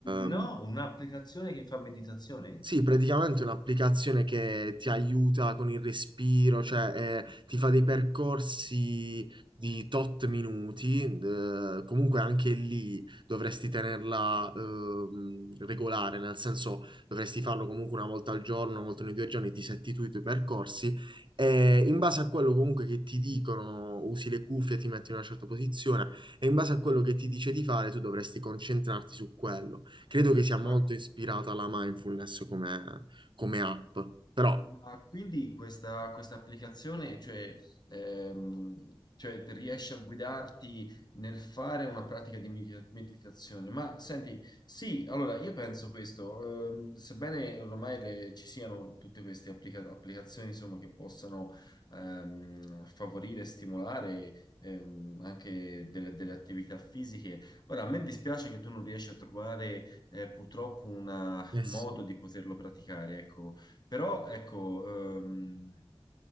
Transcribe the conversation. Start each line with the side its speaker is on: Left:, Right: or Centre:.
Left: No,
Right: Ehm,
Left: un'applicazione che fa meditazione?
Right: sì, praticamente è un'applicazione che ti aiuta con il respiro, cioè eh, ti fa dei percorsi di tot minuti, eh, comunque anche lì dovresti tenerla ehm, regolare, nel senso dovresti farlo comunque una volta al giorno, una volta ogni due giorni, ti setti tu i tuoi percorsi e in base a quello comunque che ti dicono, usi le cuffie, ti metti in una certa posizione e in base a quello che ti dice di fare tu dovresti concentrarti su quello. Credo che sia molto
Left: Ma
Right: ispirata alla mindfulness come, come app, però...
Left: Ma quindi questa, questa applicazione, cioè, ehm, cioè, ti riesce a guidarti nel fare una pratica di medita- meditazione? Ma senti, sì, allora io penso questo, ehm, sebbene ormai le- ci siano tutte queste applica- applicazioni insomma, che possano ehm, favorire e stimolare ehm, anche delle, delle attività fisiche, ora a me dispiace che tu non riesci a trovare eh, purtroppo una-
Right: Eh
Left: un
Right: sì.
Left: modo di poterlo praticare, ecco. Però ecco, ehm,